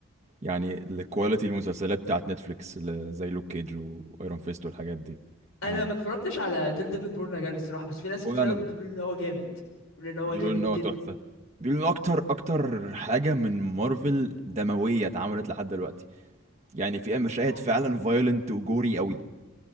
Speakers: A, on the right; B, on the left.
A: يعني الكواليتي المسلسلات بتاعت نتفليكس ل- زي لوك كيج وايرون فيست والحاجات دي
B: انا
A: يعني
B: ما اتفرجتش على دير ديفل بورن اجان الصراحه بس في ناس
A: ولا
B: كتير
A: انا
B: قوي بتقول ان هو جامد بتقول ان هو
A: بيقولوا
B: جامد
A: ان هو
B: جدا
A: تحفه بيقولوا ان اكتر اكتر حاجه من مارفل دمويه اتعملت لحد دلوقتي يعني فيها مشاهد
B: اوف
A: فعلا فايلنت وجوري قوي